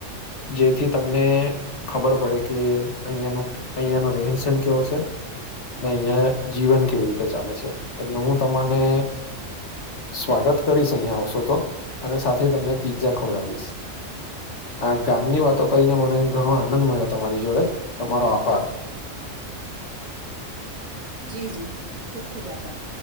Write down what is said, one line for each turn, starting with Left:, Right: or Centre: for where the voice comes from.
Left: જેથી તમને ખબર પડે કે અહિયાનું અહીંયા નું રેણ સેણ કેવો છે ને અહિયાંયા જીવન કેવી રીતે ચાલે છે એટલે હું તમને સ્વાગત કરીશ અહીયાંયા આવશો તો અને તમને પીઝા ખવડાવીશ આ ગામની વાતો કરીને મને ઘણો આનંદ મળ્યો તમારી જોડે તમારો આભાર.
Right: જી જી ખૂબ ખૂબ આભાર.